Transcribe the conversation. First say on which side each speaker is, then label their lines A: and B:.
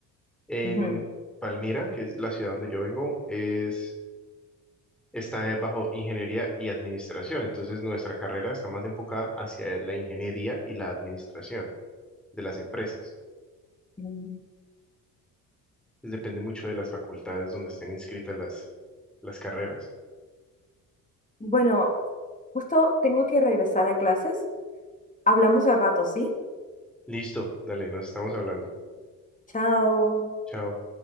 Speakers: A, in the centre; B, on the left.
A: En
B: Ujú.
A: Palmira, que es la ciudad donde yo vengo, es, está eh, bajo ingeniería y administración. Entonces, nuestra carrera está más enfocada hacia la ingeniería y la administración de las empresas.
B: Mm.
A: pues depende mucho de las facultades donde estén inscritas las, las carreras.
B: Bueno. Justo tengo que regresar a clases. Hablamos al rato, ¿sí?
A: Listo, dale, nos estamos hablando.
B: Chao.
A: Chao.